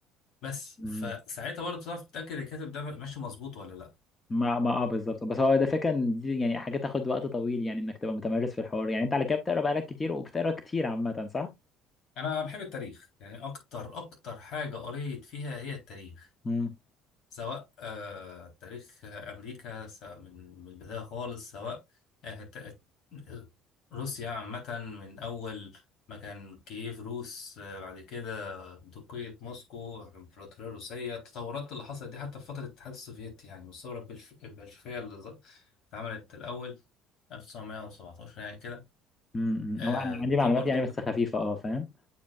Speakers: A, on the left (about 60°); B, on the left (about 25°).
A: بس
B: أمم.
A: فساعتها برضه تعرف تتأكد الكاتب ده ماشي مظبوط ولا لا
B: ما ما اه بالظبط بس هو ده فكرة ان دي يعني حاجة تاخد وقت طويل يعني انك تبقى متمرس في الحوار يعني انت على كده بتقرا بقالك كتير وبتقرا كتير عامة صح؟
A: انا بحب التاريخ يعني اكتر اكتر حاجه قريت فيها هي التاريخ
B: امم
A: سواء آه تاريخ امريكا سواء من من البدايه خالص سواء آه ت- آه، روسيا عامه من اول ما كان كييف روس آه بعد كده دوقية موسكو الامبراطوريه الروسيه التطورات اللي حصلت دي حتى في فتره الاتحاد السوفيتي يعني والثوره البلش- البلشفيه اللي ظ- اتعملت الاول 1917 يعني كده
B: امم
A: آه
B: هو انا عندي
A: دي
B: معلومات
A: برضو
B: يعني بس خفيفة اه فاهم؟